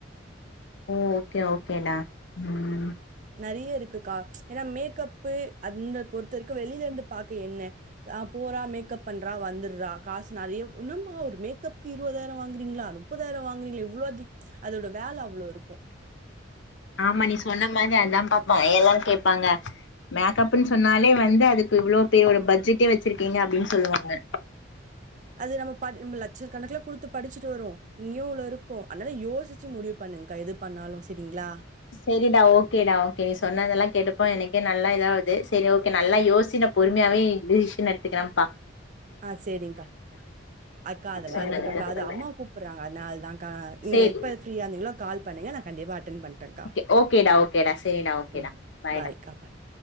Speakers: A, on the left (about 70°); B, on the right (about 40°).
A: ஓ ஓகே ஓகேடா உம்.
B: நெறைய இருக்குக்கா ம்ச் ஏன்னா மேக்கப்பு அந்த பொறுத்த வரைக்கு வெளியில இருந்து பாக்க என்ன ஆஹ் போறா மேக்கப் பண்றா வந்துடுறா காசு நெறைய என்னும்மா ஒரு மேக்கப்க்கு இருபதாயிர வாங்குறீங்களா முப்பதாயிர வாங்குறீங்களா இவ்ளோ அதிக அதோட வேலை அவ்வளோ இருக்கும்
A: ஆமா நீ சொன்ன மாரி அதான்ப்பா. யெல்லா கேப்பாங்க மேக்கப்ன்னு சொன்னாலே வந்து அதுக்கு இவ்ளோ பே ஒரு பட்ஜெட்டே வச்சிருக்கீங்க அப்படின்னு சொல்லுவாங்க.
B: அது நம்ம பா நம்ம லட்சக்கணக்கல குடுத்து படிச்சுட்டு வருவோ இங்கேயு இவ்ளோருக்கு அதனால யோசிச்சு முடிவு பண்ணுங்க்கா எது பண்ணாலும் செரிங்களா.
A: செரிடா ஓகேடா ஓகே நீ சொன்னதெல்லா கேட்டுப்ப எனக் நல்லா இதாவது செரி ஓகே நல்லா யோசி நா பொறுமையாவே டிசிஷன் எடுத்துக்குறம்ப்பா.
B: ஆஹ சேரிங்கா அக்கா அதெல்லா
A: சொன்னதுக்கு
B: இருக்கட்டும்க்கா அது அம்மா கூப்புறாங்க அதனாலதான்க்கா நீங்க
A: சேரி
B: எப்ப ஃப்ரீயா இருந்தீங்களோ கால் பண்ணுங்க. கண்டிப்பா அட். அட்டன் பண்றேங்கா
A: ஓகே ஓகேடா ஓகேடா சரிடா ஓகேடா
B: உம்
A: பாய்டா
B: பாய்கா பாய்.